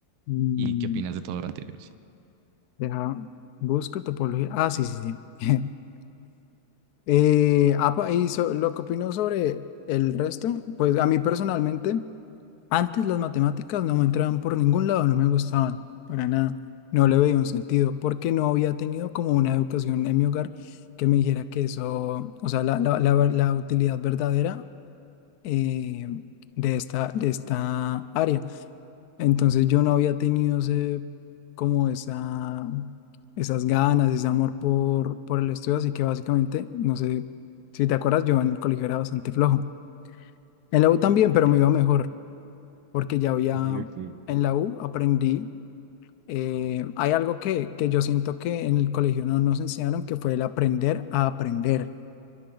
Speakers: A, on the left (about 75°); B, on the right (about 75°).
A: Mm,
B: ¿Y qué opinas de todo lo anterior? Sí.
A: deja, busco topología. Ah, sí, sí, sí. <laughs> Eh, apa- y so- lo que opino sobre el resto, pues a mí personalmente Antes las matemáticas no me entraban por ningún lado, no me gustaban, para nada. No le veía un sentido, porque no había tenido como una educación en mi hogar que me dijera que eso, o sea, la, la, la, ver- la utilidad verdadera eh, de esta, de esta área. Entonces yo no había tenido ese, como esa, esas ganas, ese amor por, por el estudio, así que básicamente, no sé si te acuerdas, yo en el colegio era bastante flojo. En la U también,
B: <laughs>
A: pero me iba mejor porque ya había
B: Ok, ok.
A: en la U aprendí. eh, hay algo que, que yo siento que en el colegio no nos enseñaron, que fue el aprender a aprender.